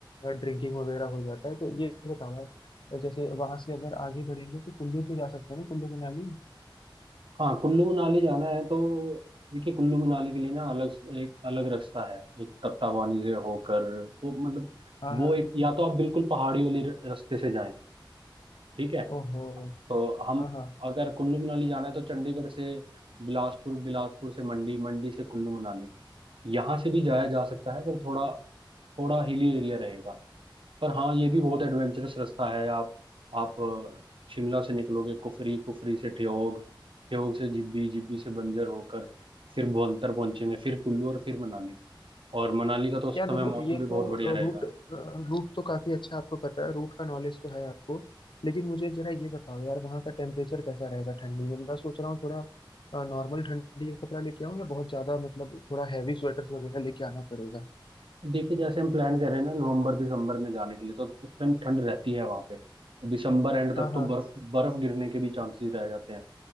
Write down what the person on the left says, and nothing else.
ड्रिंकिंग वगैरह हो जाता है तो ये बताओ आप जैसे वहां से अगर आगे बढ़ेंगे तो कुल्लू तो जा सकते हैं ना कुल्लू मनाली
हाँ हाँ
ओहो
हाँ हाँ
यार
देखो
ये
तो
रूट रूट तो काफी अच्छा आपको पता है रूट का नॉलेज तो है आपको लेकिन मुझे जरा ये बताओ यार वहाँ का टेम्परेचर कैसा रहेगा ठंडी में मैं सोच रहा हूँ थोड़ा नॉर्मल ठंडी का कपड़ा लेके आऊँ या बहुत ज्यादा मतलब थोड़ा हैवी स्वेटर्स वगैरह लेके आना पड़ेगा
हाँ हाँ